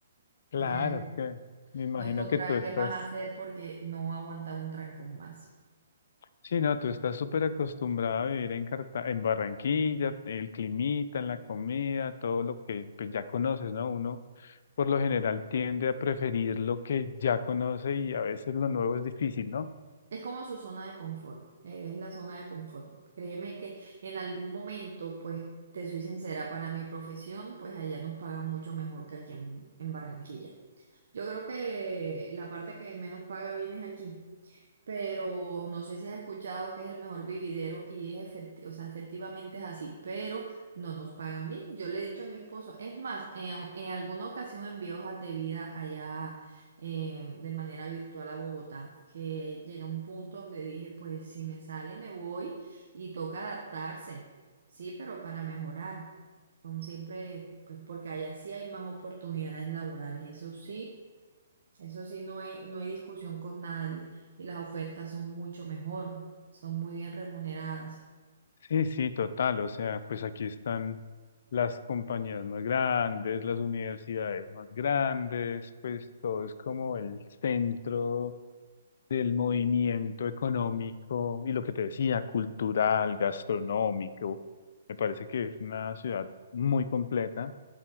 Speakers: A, on the left (about 60°); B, on the right (about 70°).
A: Claro,
B: Ya yo
A: es que me imagino
B: no encontraba
A: que tú estás,
B: qué más hacer porque no aguantaba un trancón más.
A: sí, no, tú estás súper acostumbrada a vivir en Carta- en Barranquilla, el climita, la comida, todo lo que pues ya conoces, ¿no? Uno por lo general tiende a preferir lo que ya conoce y a veces lo nuevo es difícil, ¿no?
B: Es como su zona de confort, eh, es la zona de confort. Créeme que en algún momento, pues te soy sincera, para mi profesión, pues allá nos pagan mucho mejor que aquí en, en Barranquilla. Yo creo que la parte que menos paga bien es aquí, pero no sé si has escuchado que es el mejor vividero y es efecti- o sea, efectivamente es así, pero no nos pagan bien. Yo le he dicho a mi esposo, es más, en, en alguna ocasión envié hojas de vida allá eh, de manera virtual a Bogotá, que llegué a un punto donde dije, pues si me sale me voy y toca adaptarse, sí, pero para mejorar. Son siempre, pues porque allá sí hay más oportunidades laborales, eso sí. Eso sí, no hay, no hay discusión con nadie y las ofertas son mucho mejor, son muy bien remuneradas.
A: Sí, sí, total. O sea, pues aquí están las compañías más grandes, las universidades más grandes, pues todo es como el centro del movimiento económico y lo que te decía, cultural, gastronómico. Me parece que es una ciudad muy completa.